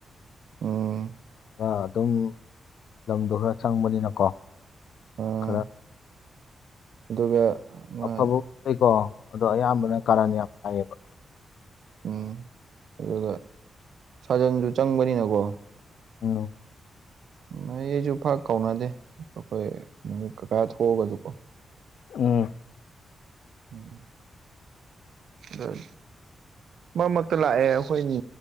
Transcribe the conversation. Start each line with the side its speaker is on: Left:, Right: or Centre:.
Right: ꯑꯣ
Left: ꯈꯔ ꯑꯗꯨꯝ ꯂꯝꯗꯣ ꯈꯔ ꯆꯪꯕꯅꯤꯅꯀꯣ
Right: ꯑꯥ
Left: ꯈꯔ
Right: ꯑꯗꯨꯒ ꯑꯃ
Left: ꯑꯐꯕ ꯂꯩꯀꯣ ꯑꯗꯣ ꯑꯌꯥꯝꯕꯅ ꯀꯥꯔꯟ ꯌꯥꯝ ꯍꯥꯏꯌꯦꯕ
Right: ꯎꯝ ꯑꯗꯨꯒ ꯁꯥꯖꯟꯁꯨ ꯆꯪꯕꯅꯤꯅꯀꯣ
Left: ꯑ
Right: ꯅꯣꯏ ꯑꯩꯁꯨ ꯐꯥꯛ ꯀꯥꯎꯅꯗꯦ ꯑꯩꯈꯣꯏ ꯅꯣꯏ ꯀꯀꯥ ꯊꯣꯛꯑꯒꯁꯨꯀꯣ
Left: ꯎ
Right: ꯎꯝ ꯑ ꯃꯔꯛ ꯃꯔꯛꯇ ꯂꯥꯛꯑꯦ ꯑꯩꯈꯣꯏꯅꯦ